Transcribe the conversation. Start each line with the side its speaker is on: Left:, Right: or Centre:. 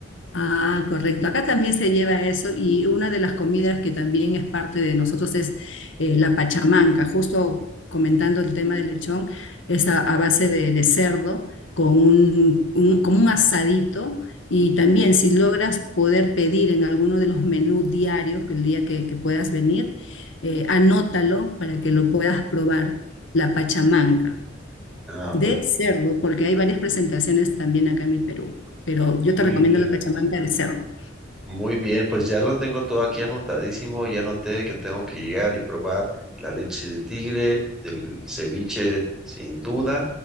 Left: Ah, correcto. Acá también se lleva eso y una de las comidas que también es parte de nosotros es eh, la pachamanca. Justo comentando el tema del lechón, es a, a base de, de cerdo con un, un- como un asadito y también si logras poder pedir en alguno de los menús diarios que el día que, que puedas venir, eh, anótalo para que lo puedas probar, la pachamanca
Centre: Ah,
Left: de
Centre: bueno.
Left: cerdo, porque hay varias presentaciones también acá en mi Perú pero
Centre: Muy
Left: yo te recomiendo
Centre: bien.
Left: la pachamanca de cerdo.
Centre: Muy bien, pues ya lo tengo todo aquí anotadísimo. Ya noté que tengo que llegar y probar la leche de tigre, el ceviche sin duda,